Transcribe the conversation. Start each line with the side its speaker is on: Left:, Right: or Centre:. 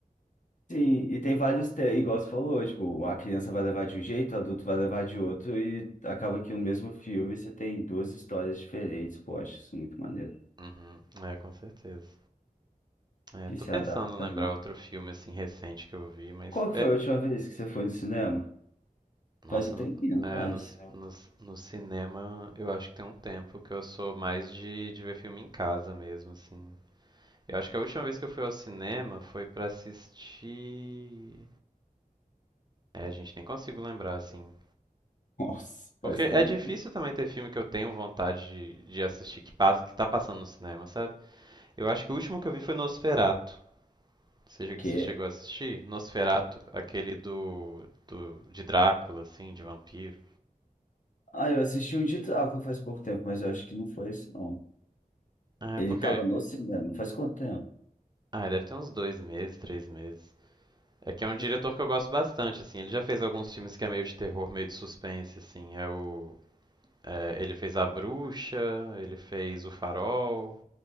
Left: Sim, e tem vários temas, igual você falou, tipo, a criança vai levar de um jeito, o adulto vai levar de outro, e acaba que no mesmo filme você tem duas histórias diferentes. Pô, acho isso muito maneiro.
Right: Uhum, é, com certeza. É,
Left: Que
Right: tô
Left: se
Right: pensando
Left: adapta
Right: em lembrar
Left: mesmo.
Right: outro filme assim recente que eu vi, mas
Left: Qual que
Right: é,
Left: foi a última vez que você foi no cinema?
Right: Nossa,
Left: Faz um tempinho,
Right: no,
Left: não
Right: é,
Left: faz?
Right: no, ci-
Left: É.
Right: no, ci- no cinema eu acho que tem um tempo que eu sou mais de, de ver filme em casa mesmo, assim. Eu acho que a última vez que eu fui ao cinema foi pra assistir. É, gente, nem consigo lembrar, assim.
Left: Nossa,
Right: Porque
Left: faz
Right: é
Left: tempo.
Right: difícil também ter filme que eu tenho vontade de, de assistir que passa, que tá passando no cinema, sabe? Eu acho que o último que eu vi foi Nosferatu Você, che-
Left: Que?
Right: você chegou a assistir? Nosferatu aquele do, do, de Drácula, assim, de vampiro.
Left: Ah, eu assisti um de Drácula faz pouco tempo, mas eu acho que não foi esse, não.
Right: É,
Left: Ele
Right: porque
Left: tava no cinema. Faz quanto tempo?
Right: Ah, deve ter uns dois meses, três meses. É que é um diretor
Left: Faz pouco.
Right: que eu gosto bastante, assim. Ele já fez alguns filmes que é meio de terror, meio de suspense, assim. É o. é, ele fez A Bruxa, ele fez O Farol,